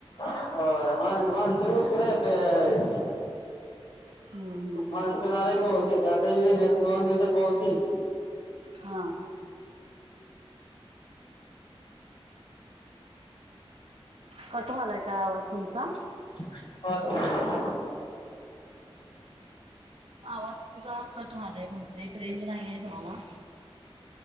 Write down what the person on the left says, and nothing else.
हो माण मानसून उशीरा येतोय ह्यावेळेस.
माणसून आला की पाऊस येतो, आता येईन एक दोन दिवसात पाऊस येईल.
<unintelligible>